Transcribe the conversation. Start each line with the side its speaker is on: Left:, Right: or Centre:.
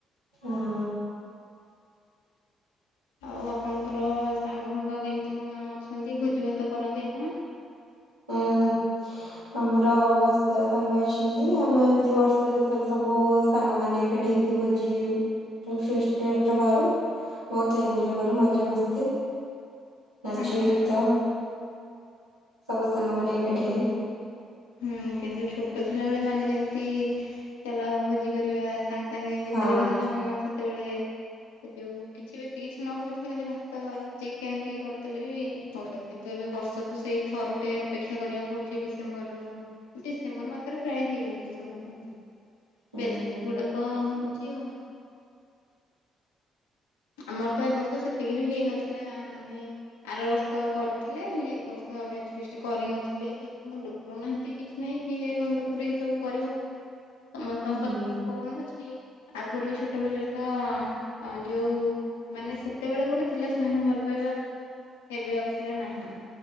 Right: ହଁ।
Left: ଆଉ ଆପଣଙ୍କର ସାଙ୍ଗ ଫାଙ୍ଗ କେମିତି କଣ ଅଛନ୍ତି? ଭୋଜି ଭାତ କରନ୍ତି ଆପଣ?
Right: ଆଁ, ଆମର ବହୁତ ସାରା ସାଙ୍ଗ ଅଛନ୍ତି, ଆମେ ଏମତି ବର୍ଷ ସବୁଥର ସବୁ ସାଙ୍ଗ ମାନେ ଏକାଠି ହେଇକି ଭୋଜି ମାନେ ଫିଷ୍ଟ ଟାଇପ୍ ର କରୁ। ବହୁତୁ ଏନଞ୍ଜୟ କରୁ ମଜା ମସ୍ତି ନାଚ
Left: ହଁ ହଁ।
Right: ଗୀତ ସବୁ ସାଙ୍ଗମାନେ ଏକାଠି ହେଇ।
Left: ହୁଁ, କିନ୍ତୁ ଛୋଟ ଥିଲାବେଳେ ମାନେ ଯେମିତି ଚାଲ ଭୋଜି କରିବା ସାଙ୍ଗେ ସାଙ୍ଗେ
Right: ହଁ
Left: ଯେତେବେଳେ ହେଲା ମନ ସେତେବେଳେ ଏ ଯୋଉ କିଛି ବେଶୀ କିଛି ନ ହଉ ପଛେ ଖାଲି ଭାତ ଚିକେନ୍ ଟିକେ କରିଦେଲେ ବି ହଉ ଥିଲା। କିନ୍ତୁ ଏବେ ବର୍ଷକୁ ସେଇ ଥରୁ ଟେ ଅପେକ୍ଷା କରିବାକୁ ପଡୁଛି ଡିସେମ୍ବର ରୁ ଡିସେମ୍ବର ମାସରେ ପ୍ରାୟ ହେଇଯାଉଚି ସବୁ ଭୋଜି।
Right: ହୁଁ
Left: ବ୍ୟାଚ୍ ଫିଷ୍ଟ ଗୁଡାକ ହଉଚି ଆଉ। ଆମର ତ ଏ ବର୍ଷ ସେତିକି ବି ହେଇନଥିଲା ମାନେ ଆର ବର୍ଷ କରିଥିଲେ, ହେଲେ ଏ ବର୍ଷ ବେଚ୍ ଫିଷ୍ଟ କରିନଥିଲେ କେହି ମୁଣ୍ଡ ପୁରଉନାହାନ୍ତି କିଛି ନାଇଁ କିଏ ମୁଣ୍ଡପୁରେଇକି ସବୁ କରିବ। ସମସ୍ତଙ୍କ
Right: ହୁଁ
Left: ପାଖରେ ଫୋନ୍ ଅଛି, ଆଗରୁ ଛୋଟ ବେଲେ ତ ଆଁ ଯୋଉ ମାନେ ସେତେବେଳେ ଗୋଟେ ଥିଲା ସ୍ନେହ ଭଲ ପାଇବା ହେବେ ଆଉ ସେଟା ନାହିଁ।